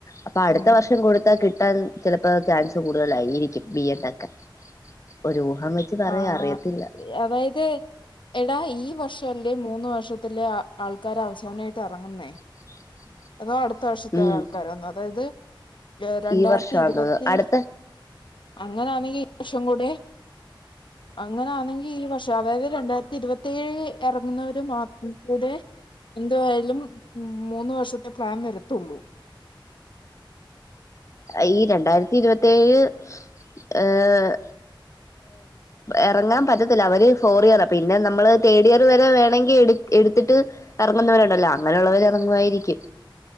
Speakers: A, on the left; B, on the left.
A: അപ്പൊ അടുത്ത
B: ഉം.
A: വർഷം കൊടുത്താൽ കിട്ടാൻ ചെലപ്പോ ചാൻസ് കൂടുതലായിരിക്കും രിക്കും ബി എ ണ്ടൊക്കെ ഒരൂഹം വെച്ച് പറയാ
B: ആ
A: അറിയത്തില്ല
B: അതായത് എടാ ഈ വർഷംവെല്ലേ മൂന്ന് വർഷത്തിലെ ആ ആൾക്കാരവസാനായിട്ടെറങ്ങുന്നേ
A: <inaudible>
B: അതോ അടുത്ത വർഷത്തെ
A: ഉം
B: ആൾക്കാരാന്നോ അതായത് രണ്ടായിരത്തി
A: ഈ വർഷാന്ന്
B: ഇരുപത്തി
A: തോന്നുന്നു അടുത്ത
B: അങ്ങനാന്നെങ്കി ഈ വർഷം കൂടെ അങ്ങനൊന്നെങ്കിൽ ഈ വർഷം അതായത് രണ്ടായിരത്തി ഇരുപെത്തി ഴേയിൽ എറങ്ങുന്നൊരു മാത്രെ എന്തായാലും മ് മൂന്ന് വർഷത്തെ പ്ലാൻ വരത്തുള്ളൂ
A: അയീ രണ്ടായിരത്തി ഇരുവത്തേഴ് ഏഹ് എറങ്ങാൻ പറ്റത്തില്ല അവര് ഫോറിയെറ പിന്നെ നമ്മള് തേഡിയർ വരെ വേണങ്കി എടു ത്തിട്ട് എറങ്ങുന്നവരുണ്ടല്ലോ അങ്ങനെള്ളവരെറങ്ങുവായിരിക്കും